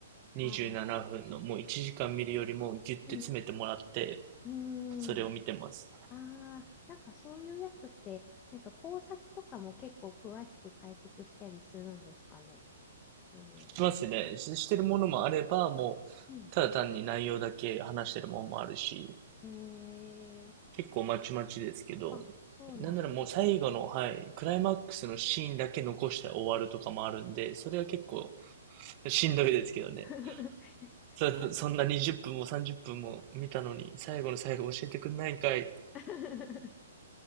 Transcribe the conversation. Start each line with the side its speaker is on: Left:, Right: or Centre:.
Right: にじゅうななふんの、
Left: あ、
Right: もう一時間見るよりもギュッて詰めてもらって、
Left: うん、
Right: それを見てます。
Left: うん、ああ、なんかそういうやつって、なんか考察とかも結構詳しく解説したりするんですかね。そういう
Right: しますね。し、してるものもあれば、もう、
Left: の。うん。
Right: ただ単に内容だけ話してるものもあるし、
Left: ええ
Right: 結構まちまちですけど、
Left: あ、あそうなんです。
Right: なんならもう最後の、はい、クライマックスのシーンだけ残して終わるとかもあるんで、それは結構しんどいですけどね。
Left: <laughs>
Right: そ、
Left: あそう
Right: そんな20分も30分も見たのに、最後の最後教えてくんないんかい。
Left: <laughs>